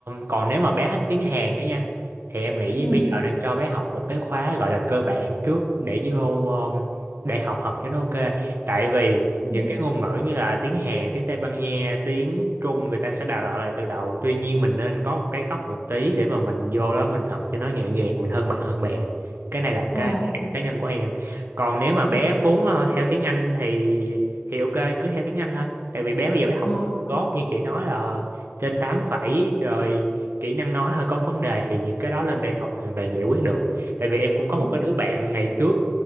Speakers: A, on the right (about 70°); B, on the left (about 65°).
A: còn nếu mà bé thích tiếng Hàn nữa nha thì em nghĩ
B: ừ
A: bây giờ nên cho bé học một cái khóa gọi là cơ bản trước để vô um, đại học học cho nó ok tại vì
B: ừ.
A: những cái ngôn ngữ như là tiếng Hàn tiếng Tây Ban Nha tiếng Trung người ta sẽ đào tạo lại từ đầu tuy nhiên mình nên có một cái gốc một tí để mà mình vô đó mình học cho nó nhẹ nhàng mình hơn bạn hơn bè cái này là
B: ờ
A: cái điểm cá nhân của em còn nếu mà bé
B: Ừ.
A: muốn ờ, theo tiếng Anh thì thì ok cứ theo tiếng Anh thôi tại vì bé bây giờ bé học
B: ờ
A: cũng tốt như chị nói là trên 8 phẩy rồi kỹ năng nói hơi có vấn đề thì những cái đó lên đại học hoàn toàn giải quyết được tại vì em cũng có một
B: ờ
A: cái đứa bạn ngày trước